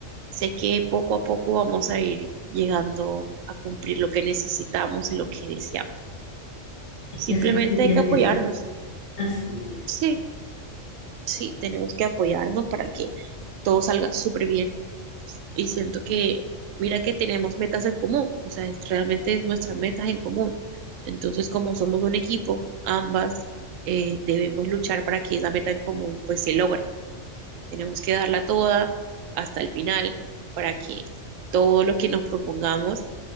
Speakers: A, on the right (about 85°); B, on the left (about 80°).
A: sé que poco a poco vamos a ir llegando a cumplir lo que necesitamos y lo que deseamos.
B: Es
A: Simplemente
B: que así es que tiene
A: hay que apoyarnos.
B: que ser, así es.
A: Sí, sí, tenemos que apoyarnos para que todo salga súper bien. Y siento que, mira que tenemos metas en común, o sea, es- realmente es nuestras metas en común. Entonces, como somos un equipo, ambas eh, debemos luchar para que esa meta en común pues se logre. Tenemos que darla toda hasta el final para que todo lo que nos propongamos